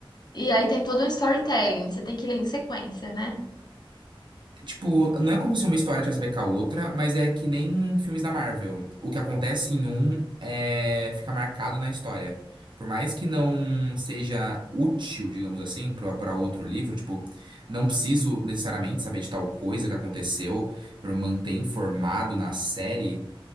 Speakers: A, on the left; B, on the right.
A: E aí tem todo um storytelling, você tem que ler em sequência, né?
B: Tipo, não é como se uma história tivesse a ver com a outra, mas é que nem filmes da Marvel. O que acontece em um é, fica marcado na história. Por mais que não seja útil, digamos assim, para outro livro, tipo, não preciso necessariamente saber de tal coisa que aconteceu para manter informado na série.